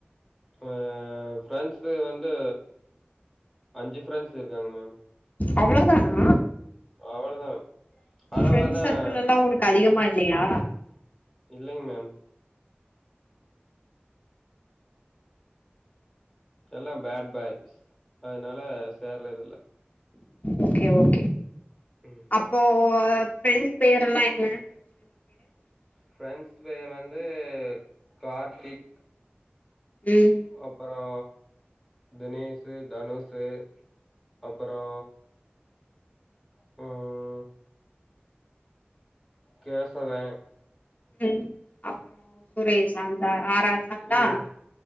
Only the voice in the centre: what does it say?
அ ஃப்ரெண்ஸு வந்து அஞ்சு ஃப்ரெண்ஸ் இருக்காங்க மேம்.
அவ்வளோதான். அளவா
தான்
இல்லைங் மேம். எல்லா பேட் பாய்ஸ் அதனால சேர்றதுல்ல.
ம்.
ஃப்ரெண்ஸ் பெரு வந்து கார்த்திக்
அப் ப்பறோ தினேஷு தனுஷு அப்பறோ ம் கேசவே
ம்